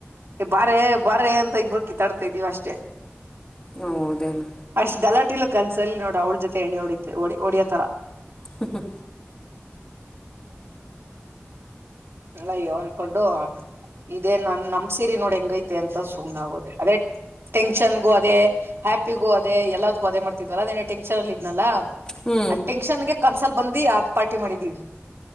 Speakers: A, on the right (about 70°); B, on the left (about 20°).
A: ಎ ಬಾರೆ ಬಾರೆ ಅಂತ ಇಬ ಕಿಟ್ಟಡ್ತಿದೀವಿ ಅಷ್ಟೆ.
B: ಹೌದೇನು
A: ಅಷ್ಟ ಗಲಾಟಲಿ ಕನ್ಸಲ್ಲಿ ನೋಡ ಅವಳ ಜೊತೆ ಎಣೆ ಹೊಡಿತೆಡಿ ಹೊಡಿ ಹೊಡಿಯೋತರ
B: ಹಂಗೆ
A: ಅಯ್ಯೋ ಅನ್ಕೊಂಡು ಇದೇನ ನಮ್ ಸೀರಿ ನೋಡ ಹೆಂಗೈತೆ ಅಂತ ಸುಮ್ನೆ ಆಗೋದೆ ಅದೇ ಟೆನ್ಷನ್ಗೂ ಅದೇ ಹ್ಯಾಪಿಗು ಅದೆ ಎಲ್ಲದಗೂ ಅದೇ ಮಾಡ್ತಿದ್ವಲ್ಲ ಟೆನ್ಷನ್ ಅಲ್ಲಿ ದ್ನಲ್ಲಾ
B: ಹ್ಞೂ
A: ಆ ಟೆನ್ಷನ್ಗೆ ಕನ್ಸಲ್ ಬಂದ ಆತ್ ಪಾರ್ಟಿ ಮಾಡಿದೀವಿ.